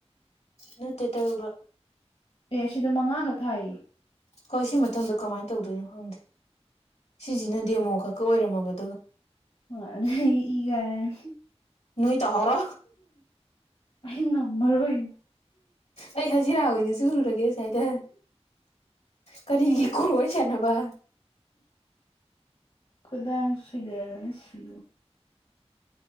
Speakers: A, on the left; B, on the left.
A: ꯅꯠꯇꯦ ꯇꯔꯨꯕ
B: ꯑꯦ ꯑꯁꯤꯗ ꯃꯉꯥꯈꯛ ꯊꯥꯏꯌꯦ
A: ꯍꯣꯏ ꯁꯤ ꯃꯇꯝꯗ ꯀꯃꯥꯏꯅ ꯇꯧꯗꯣꯏꯅꯣ ꯈꯪꯗꯦ ꯁꯤꯁꯤꯅꯗꯤ ꯑꯃꯨꯛ ꯈꯛꯀ ꯑꯣꯏꯔꯝꯃꯕ ꯑꯗꯨꯒ
B: ꯍ ꯏꯒ <unintelligible>
A: ꯅꯣꯏꯣꯏ ꯇ ꯍꯔꯣ
B: ꯑꯩꯅ ꯃꯔꯕꯨꯣꯏ
A: ꯑꯩ ꯍꯖꯤꯔꯥ ꯑꯣꯏꯅ ꯆꯨꯔꯨꯔꯒꯦ ꯁꯁꯥꯏꯗ ꯀꯔꯤꯒꯤ ꯀ ꯋꯥꯔꯤ ꯁꯥꯟꯅꯕ
B: ꯈꯨꯗꯥ ꯑꯁꯨꯗꯗꯅ ꯁꯤ